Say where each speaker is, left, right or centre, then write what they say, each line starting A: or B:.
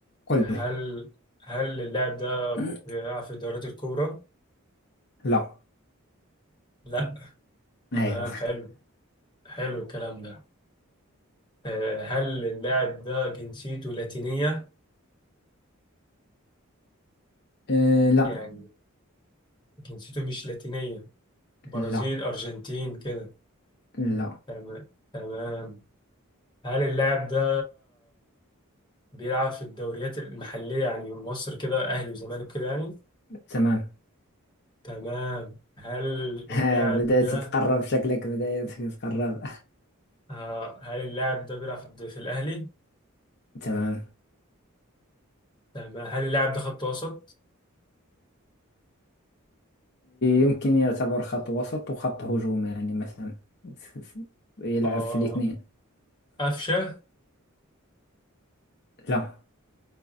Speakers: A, on the left; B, on the left.
A: قل
B: هل
A: لي.
B: هل اللاعب ده
A: <clears throat>
B: بيلعب في الدوريات الكبرى
A: لا
B: لا تمام
A: أيوة
B: حلو حلو الكلام ده آه، هل اللاعب ده جنسيته لاتينية؟
A: <laughs> آه لا
B: يعني جنسيته مش لاتينية برازيل
A: لا
B: أرجنتين كده
A: لا
B: تمام تمام هل اللاعب ده بيلعب في الدوريات المحلية يعني مصر كده أهلي وزمالك كده يعني
A: تمام <laughs>
B: تمام هل
A: آه
B: اللاعب
A: بدأت
B: ده
A: تتقرب شكلك بدأت تتقرب
B: آه، هل اللاعب ده بيلعب في الد- في الأهلي؟
A: <laughs> تمام
B: تمام هل اللاعب ده خط وسط؟
A: يمكن يعتبر خط وسط وخط هجوم يعني مثلا ف- ف- يلعب
B: اه
A: في الاثنين
B: قفشة
A: لا